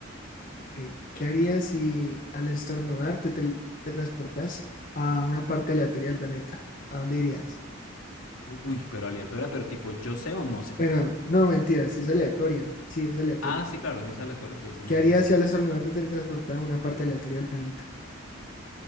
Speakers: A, on the left; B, on the left.
A: ok, ¿Qué harías si al estornudar te teletransportas a una parte aleatoria del planeta? ¿A dónde irías?
B: Uy, pero aleatoria, pero tipo, ¿yo sé o no sé?
A: Bueno, no, mentira, sí es aleatoria. Sí, es aleatoria.
B: Ah, sí, claro, si es aleatorio entonces no,
A: ¿Qué
B: no
A: harías
B: sé.
A: si al estornudar te teletransportas a una parte aleatoria del planeta?